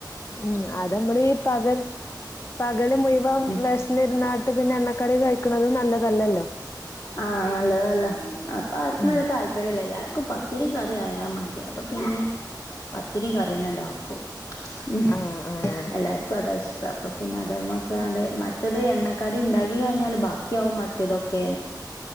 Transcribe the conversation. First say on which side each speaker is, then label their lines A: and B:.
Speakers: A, on the left; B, on the left.
A: ഉം അതമ്മളീ പഗൽ പകല് മുയുവം
B: ഉം
A: വെശന്നിരുന്നാട്ട് പിന്നെ എണ്ണക്കടി കഴിക്കണതും നല്ലതല്ലല്ലോ?
B: ആഹ് നല്ലതല്ല അപ്പ ആർക്കും
A: ഉം
B: വല്ല്യ താൽ പര്യല്ല എല്ലാർക്കും പത്തിരിയും കറിംയായാമതി അപ്പം പിന്നെ പത്തിരി കറിയന്നെണ്ടാക്കും. ഉം
A: ആഹ് ആഹ്
B: എല്ലാർക്കും അതാ ഇഷ്ട്ടം അപ്പ പിന്നെ അതമ്മക്കാണ്ട് മറ്റത് എണ്ണക്കടിണ്ടാക്കി കഴിഞ്ഞാല് ബാക്കിയാകും മ റ്റതൊക്കെ